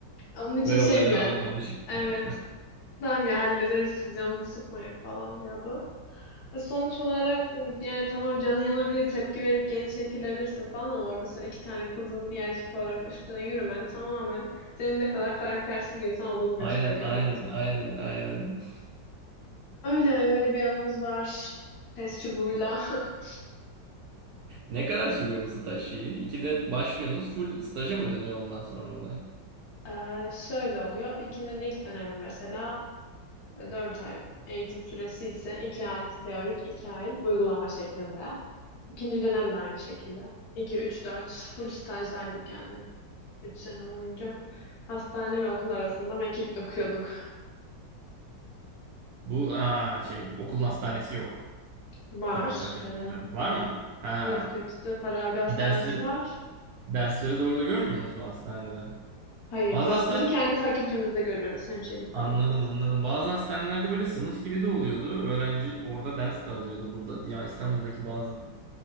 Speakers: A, on the left; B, on the right.
A: onun için
B: böyle
A: şeydi
B: olaylara
A: yani.
B: alı- alışık
A: Evet.
B: yani.
A: Tamam ya hallederiz siz canınızı sıkmayın falan diyordu. E, sonuç olarak ıı, yani tamam canın yanabilir tepki verip geri çekilebilirsin falan ama orada sen iki tane kızın bir erkek olarak üstüne yürümen tamamen senin ne kadar karaktersiz bir insan olduğunu
B: <laughs>
A: gösteriyor
B: Aynen aynen
A: bence.
B: aynen aynen.
A: Öyle öyle bir anımız var. Test çubuğuyla. <laughs>
B: Ne kadar sürüyor bu staj şeyi? İkide başlıyorsunuz. Full staja mı dönüyor ondan sonra olay?
A: E, şöyle oluyor. İkinin ilk dönemi mesela ıı, 4 ay eğitim süresi ise 2 ay teorik 2 ay uygulama şeklinde. İkinci dönem de aynı şekilde. iki, 3, 4 full stajdaydık yani. üç sene boyunca. Hastane ve okul arasında mekik dokuyorduk.
B: Bu aa, şey okulun hastanesi yok.
A: Var.
B: Tabii Katı
A: Ee,
B: var mı? Ha.
A: evet Katü'de Farabi Hastanesi
B: Dersleri
A: var.
B: dersleri doğru da görmüyorsunuz mu hastanede?
A: Hayır
B: Bazı
A: dersleri
B: hastane
A: kendi fakültemizde görüyoruz. Hemşirelik fakültesi.
B: anladım anladım. Bazı hastanelerde böyle sınıf gibi de oluyordu. Öğrenci orada ders de alıyordu burada. Ya İstanbul'daki bazı